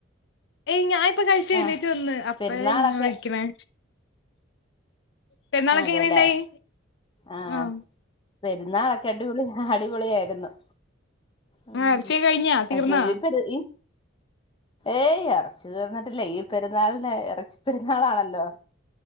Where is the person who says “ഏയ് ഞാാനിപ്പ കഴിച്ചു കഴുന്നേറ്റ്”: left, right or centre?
Left